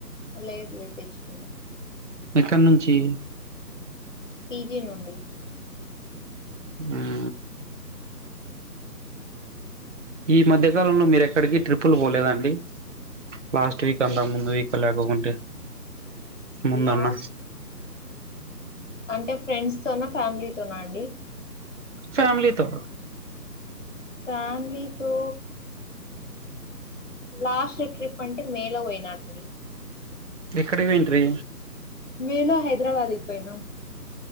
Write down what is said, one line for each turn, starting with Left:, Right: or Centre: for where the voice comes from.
Left: లేదు లేదు తెచ్చుకునం
Right: ఎక్కడ నుంచి
Left: పీజీ నుండి
Right: ఉ ఈ మధ్య కాలంలో మీరు ఎక్కడికి ట్రిప్పుల్ పోలేదండి లాస్ట్ వీక్ అంతా ముందు వీక్ లేకకుంటే ముందన్న
Left: లాస్ట్ అంటే ఫ్రెండ్స్తోన ఫ్యామిలీతోన అండి
Right: ఫ్యామలీతో
Left: ఫ్యామిలీతో లాస్ట్ ట్రిప్ అంటే మేలో పోయినా అండి
Right: ఇక్కడపోయింట్రీ
Left: మేమ హైదరాబాద్కి పోయినాం